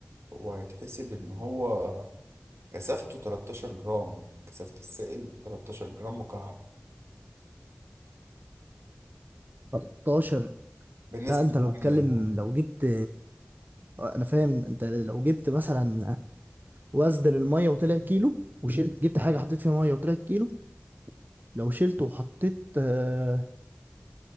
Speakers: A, on the right; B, on the right.
A: هو هيتحسب ان هو كثافته 13 جرام كثافة السائل 13 جرام مكعب
B: 13
A: بالنسبة
B: لا انت
A: للمية
B: لو بتتكلم
A: يعني
B: لو جبت آه، انا فاهم انت لو جبت مثلا واسدل الميه وطلع كيلو وشيل جبت حاجه حطيت فيها ميه وطلعت كيلو لو شلته وحطيت آه